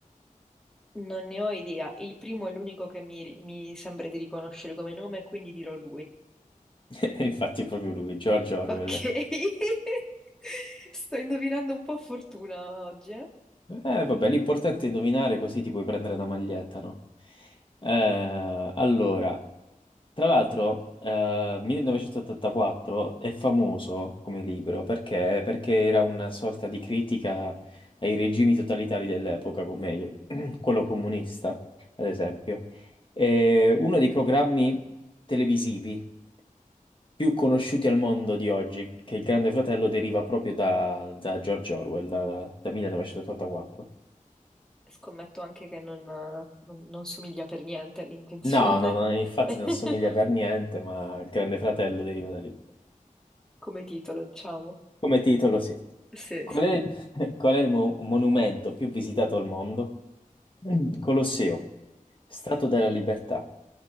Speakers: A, in the centre; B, on the left.
A: Non ne ho idea. Il primo è l'unico che mi, mi sembra di riconoscere come nome, quindi dirò lui.
B: <laughs> E Infatti è proprio lui, George Orwell.
A: Ok. <laughs> Sto indovinando un po' a fortuna oggi, eh.
B: Eh, vabbè, l'importante è indovinare così ti puoi prendere la maglietta, no? Eh, allora. Tra l'altro, eh, 1984 è famoso come libro perché, perché era una sorta di critica ai regimi totalitari dell'epoca, come <clears throat> quello comunista, ad esempio. È uno dei programmi televisivi più conosciuti al mondo di oggi, che il Grande Fratello deriva proprio da, da George Orwell, da, da 1984.
A: Scommetto anche che non, non- non somiglia per niente all'intenzione
B: No, no, no, infatti
A: <laughs>
B: non somiglia per niente, ma il Grande Fratello deriva da lì.
A: come titolo, diciamo.
B: Come titolo, sì.
A: Sì,
B: Qual
A: sì.
B: è il, <laughs> qual è il mo- monumento più visitato al mondo? <clears throat> Mm. Colosseo, Statua della Libertà,